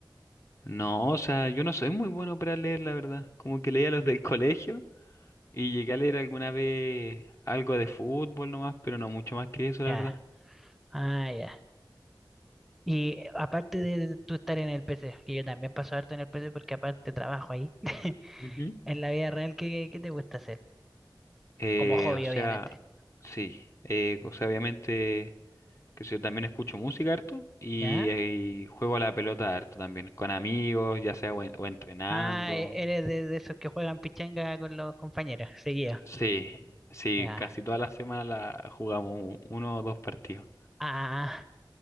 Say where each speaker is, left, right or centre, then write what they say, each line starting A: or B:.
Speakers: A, on the left; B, in the centre.
A: No, o sea, yo no soy muy bueno para leer, la verdad. Como que leía los del colegio. Y llegué a leer alguna vez algo de fútbol nomás, pero no mucho más que eso,
B: Ya,
A: la verdad.
B: ah, ya. Y aparte de tú estar en el PC, que yo también paso harto en el PC porque aparte trabajo ahí, <laughs>
A: Ujú.
B: en la vida real, ¿qué, qué te gusta hacer?
A: Eh,
B: Como hobby,
A: o sea,
B: obviamente.
A: sí. Eh, o sea, obviamente, que yo también escucho música harto y,
B: ¿Ya?
A: eh, y juego a la pelota harto también, con amigos, ya sea o, en- o entrenando.
B: Ah, e- eres de, de esos que juegan pichanga con los compañeros, seguido.
A: Sí, sí,
B: Ya.
A: casi toda la semana la jugamos uno o dos partidos.
B: Ah,